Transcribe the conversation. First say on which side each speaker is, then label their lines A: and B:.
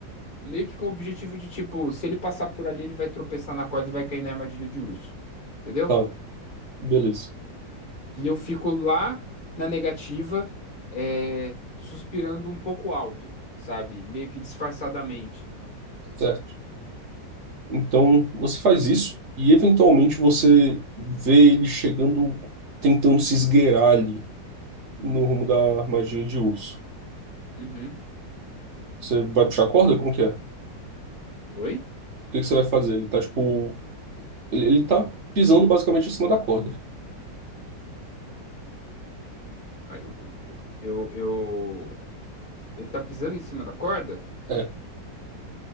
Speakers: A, on the left; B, on the right.
A: meio que com o objetivo de, tipo, se ele passar por ali, ele vai tropeçar na corda e vai cair na armadilha de urso, entendeu?
B: Tá, beleza.
A: E eu fico lá na negativa, é, suspirando um pouco alto, sabe? Meio que disfarçadamente.
B: Certo. Então você faz isso e eventualmente você vê ele chegando, tentando se esgueirar ali no rumo da armadilha de urso.
A: Uhum.
B: Você vai puxar a corda? Como que é?
A: Oi?
B: O que que você vai fazer? Ele tá, tipo. Ele, ele tá pisando basicamente em cima da corda.
A: Ah, eu, eu, eu, eu, eu- ele tá pisando em cima da corda?
B: É,